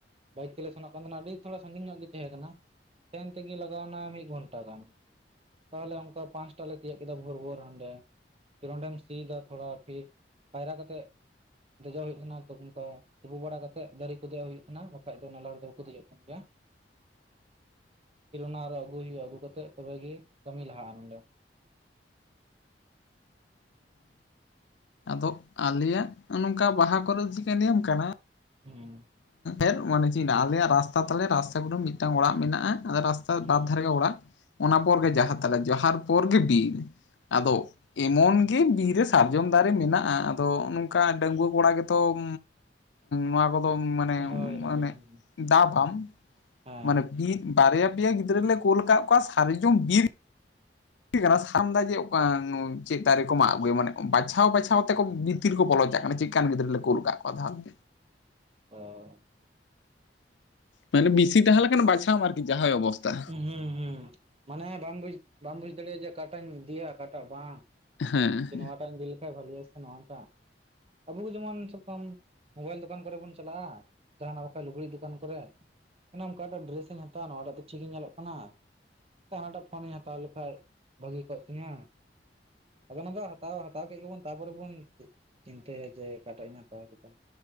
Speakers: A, on the right; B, on the left.
A: ᱵᱟᱭᱤᱠ ᱛᱮᱞᱮ ᱥᱮᱱᱚᱜ ᱠᱟᱱ ᱛᱮᱦᱮᱱᱟ ᱾ ᱟᱹᱰᱤ ᱛᱷᱚᱲᱟ ᱥᱟᱸᱜᱤᱧ ᱧᱚᱜ ᱜᱮ ᱛᱮᱦᱮᱸ ᱠᱟᱱᱟ᱾ ᱥᱮᱱ ᱛᱮᱜᱮ ᱞᱟᱜᱟᱣᱱᱟ ᱢᱤᱜ ᱜᱷᱚᱱᱴᱟ ᱜᱟᱱ᱾ ᱛᱟᱦᱞᱮ ᱚᱱᱠᱟ ᱯᱟᱸᱥᱴᱟ ᱞᱮ ᱛᱤᱭᱟᱹᱜ ᱠᱮᱫᱟ᱾ ᱵᱷᱳᱨ - ᱵᱷᱳᱨ ᱦᱟᱸᱰᱮ ᱯᱳᱨ ᱚᱰᱮᱢ ᱥᱤᱭᱫᱟ ᱛᱷᱚᱲᱟ ᱯᱷᱤᱨ ᱯᱟᱭᱨᱟ ᱠᱟᱛᱮᱜᱼᱼᱼ ᱡᱚᱡᱟᱲ ᱦᱩᱭᱩᱜ ᱛᱮᱦᱱᱟ᱾ ᱛᱳᱯᱩᱱ ᱠᱚ ᱛᱩᱯᱩ ᱵᱟᱲᱟ ᱠᱟᱛᱮᱜ, ᱫᱟᱨᱤ ᱠᱚ ᱫᱮᱡᱜ ᱦᱩᱭᱩᱜ ᱠᱟᱱᱟ᱾ ᱵᱟᱠᱟᱡ ᱫᱚ ᱱᱟᱞᱟ ᱨᱮᱫᱚ ᱦᱳᱲ ᱠᱚ ᱫᱮᱡᱚᱜ ᱠᱟᱱ ᱜᱮᱭᱟ᱾ ᱯᱷᱤᱨ ᱚᱱᱟ ᱟᱨᱚ ᱟᱜᱩ ᱦᱩᱭᱩᱜᱼᱟ ᱾ ᱟᱜᱩ ᱠᱟᱛᱮᱜ ᱛᱚᱵᱮ ᱜᱮ ᱠᱟᱢᱤ ᱞᱟᱦᱟᱜᱼᱟ᱾ ᱱᱚᱱᱰᱮ
B: ᱟᱫᱚᱜ ᱟᱞᱮᱭᱟᱜ ᱱᱚᱝᱠᱟ ᱵᱟᱦᱟ ᱠᱚᱨᱮ ᱫᱚ, ᱪᱤᱠᱟᱧ ᱞᱟᱹᱭᱟᱹᱢ ᱠᱟᱱᱟ᱾
A: ᱦᱩᱸ
B: ᱮᱫ ᱢᱟᱱᱮ ᱪᱮᱫ ᱟᱞᱮ, ᱨᱟᱥᱛᱟ ᱛᱟᱞᱮ ᱨᱟᱥᱛᱟ ᱜᱩᱰᱳ ᱢᱤᱫᱴᱟᱝ ᱚᱲᱟᱜ ᱢᱤᱱᱟᱜᱼᱟ ᱨᱟᱥ
A: ᱦᱩᱸ
B: ᱵᱟᱨ ᱫᱽᱷᱟᱨᱮ ᱜᱮ ᱚᱲᱟᱜ, ᱚᱱᱟ ᱯᱚᱨ ᱜᱮ
A: ᱦᱩᱸ
B: ᱡᱟᱦᱟᱨ ᱛᱟᱞᱮ, ᱡᱚᱟᱦᱟᱨ ᱯᱚᱨ ᱜᱮ ᱵᱤᱨ᱾ ᱟᱫᱚᱜ ᱮᱢᱚᱱ ᱜᱮᱮ ᱵᱤᱨ ᱨᱮ ᱥᱟᱨᱡᱚᱢ ᱫᱟᱨᱮ ᱢᱮᱱᱟᱜᱼᱟ᱾ ᱟᱫᱚ ᱱᱚᱝᱠᱟ ᱰᱟᱺᱜᱩᱣᱟᱹᱜ ᱠᱚᱲᱟᱜ ᱜᱮᱛᱚᱻᱢ ᱱᱚᱣᱟ ᱠᱚᱫᱚᱢ ᱢᱟᱱᱮ
A: ᱦᱳᱭ ᱦᱳᱭ
B: ᱢᱟᱱᱮ
A: ᱦᱳᱭ
B: ᱫᱟᱵᱟᱢ,
A: ᱦᱩᱸ ᱦᱮᱸ
B: ᱢᱟᱱᱮ ᱵᱤᱨ ᱵᱟᱨᱭᱟ ᱯᱮᱭᱟ ᱜᱤᱫᱽᱨᱟᱹ ᱞᱮ ᱠᱳᱞ ᱟᱠᱟᱜ ᱠᱚᱣᱟ ᱾ᱥᱟᱨᱡᱚᱢ ᱵᱤᱨ ᱪᱮᱜ ᱠᱟᱱᱟ, ᱥᱟᱝ ᱫᱟ ᱡᱮ ᱚᱠᱟᱸᱮ ᱸ ᱝᱚ ᱪᱮᱫ ᱫᱟᱨᱮ ᱠᱚ ᱢᱟᱜ ᱟᱜᱩᱭᱟ᱾ ᱢᱟᱱᱮᱜ ᱵᱟᱪᱷᱟᱣ - ᱵᱟᱪᱷᱟᱣ ᱛᱮᱠᱚ ᱵᱤᱛᱤᱨ? ᱠᱚ ᱵᱚᱞᱚ ᱪᱟᱜ ᱠᱟᱱᱟ᱾ ᱪᱮᱜ ᱠᱟᱱ ᱜᱤᱫᱽᱨᱟᱹ ᱞᱮ ᱠᱩᱞ ᱠᱟᱜ ᱠᱚᱣᱟ ᱛᱟᱦᱞᱮ
A: ᱚᱸ
B: ᱢᱟᱱᱮ ᱵᱤᱥᱤ ᱛᱟᱦᱮᱸᱞᱮᱠᱟᱱ, ᱵᱟᱪᱷᱟᱣᱟ ᱟᱨᱠᱤ ᱡᱟᱦᱟᱭ ᱚᱵᱚᱥᱛᱟ᱾
A: ᱦᱩᱸ- ᱦᱩᱸ- ᱦᱩᱸ ᱢᱟᱱᱮ ᱵᱟᱢᱵᱩᱡᱽ - ᱵᱟᱢ ᱵᱩᱡᱽ ᱫᱟᱲᱮᱭᱟᱜᱼᱟ᱾ ᱡᱮ ᱚᱠᱟᱴᱟᱜ ᱤᱧ ᱤᱫᱤᱭᱟ᱾ ᱚᱠᱟᱴᱟᱜ ᱵᱟᱝ?
B: ᱦᱮᱸ
A: ᱦᱮ ᱱᱚᱣᱟ ᱢᱟᱜ ᱤᱧ ᱤᱫᱤ ᱞᱮ ᱠᱷᱟᱭ ᱵᱷᱟᱞᱤᱭᱟ᱾ ᱥᱮ ᱱᱚᱶᱟᱣᱟ ᱴᱟᱜ ᱟᱵᱩ ᱫᱚ ᱡᱮᱢᱚᱱ ᱪᱮᱞᱠᱟᱱ, ᱢᱳᱵᱟᱭᱤᱞ ᱫᱚᱠᱟᱱ ᱠᱚᱨᱮ ᱵᱚᱱ ᱪᱟᱞᱟᱜᱼᱟ᱾ ᱡᱟᱦᱟᱱᱟ-ᱜ ᱵᱟᱠᱷᱟᱡ ᱞᱩᱜᱽᱲᱤ ᱫᱚᱠᱟᱱ ᱠᱚᱨᱮ, ᱚᱠᱟᱴᱟᱜ ᱰᱨᱮᱥ ᱤᱧ ᱦᱟᱛᱟᱣᱟ᱾ ᱱᱚᱣᱟᱴᱟᱜ ᱫᱚ ᱴᱷᱤᱠ ᱜᱤ ᱧᱮᱞᱚᱜ ᱠᱟᱱᱟ᱾ ᱛᱚ ᱦᱟᱰᱮᱸ ᱯᱷᱳᱱᱤᱧ ᱦᱟᱛᱟᱣ ᱞᱮᱠᱷᱟᱡ, ᱵᱷᱽᱟᱹᱜᱤ ᱠᱚᱜ ᱛᱤᱧᱟᱹ ᱟᱫᱚ ᱚᱱᱟ ᱫᱚ ᱦᱟᱛᱟᱣ - ᱦᱟᱛᱟᱣ ᱠᱮᱜ ᱜᱮᱵᱚᱱ, ᱛᱟᱯᱚᱨᱮ ᱵᱚᱱ ᱪᱤᱱᱛᱟᱹᱭᱟ ᱡᱮ, ᱚᱠᱟᱴᱟᱜ ᱤᱧ ᱦᱟᱛᱟᱣ ᱠᱮᱫᱟ᱾